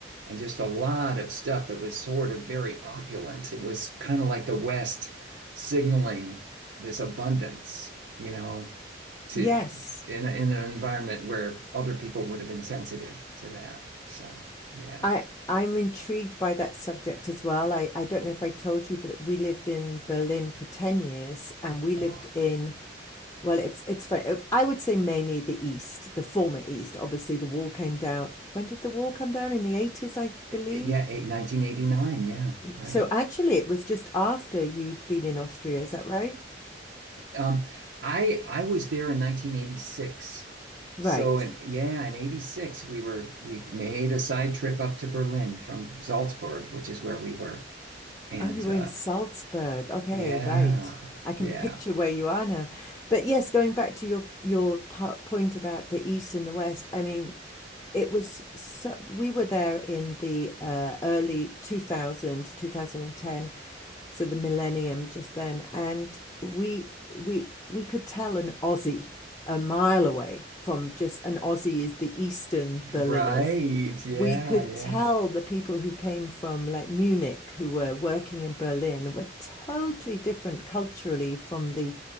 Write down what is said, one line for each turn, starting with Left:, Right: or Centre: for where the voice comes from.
Right: and just a lot of stuff that was sort of very opulent. It was kind of like the West signaling this abundance, you know, to
Left: Yes.
Right: in a, in an environment where other people would have been sensitive to that. So yeah,
Left: I I'm intrigued by that subject as well. I, I don't know if I told you, but we lived in Berlin for 10 years and we lived
Right: oh
Left: in, well, it's it's funny. uh, I would say mainly the East, the former East. Obviously, the wall came down. When did the wall come down? In the 80s, I
Right: eh,
Left: believe.
Right: eh, yeah, 1989. Yeah, right.
Left: So actually, it was just after you'd been in Austria, is that right?
Right: Um, I I was there in 1986.
Left: Right.
Right: So in yeah, in 86 we were we made a side trip up to Berlin from Salzburg, which is where we were. And
Left: Oh, you were
Right: uh
Left: in Salzburg. Okay,
Right: yeah,
Left: right. I can
Right: yeah,
Left: picture where you are now. But yes, going back to your your po- point about the East and the West, I mean, it was so, we were there in the uh, early two thousand two thousand and ten, so the millennium just then, and we we we could tell an Aussie a mile away from just an Aussie is the Eastern Berliners
Right: right. Yeah,
Left: we could
Right: yeah.
Left: tell the people who came from like Munich who were working in Berlin were totally different culturally from the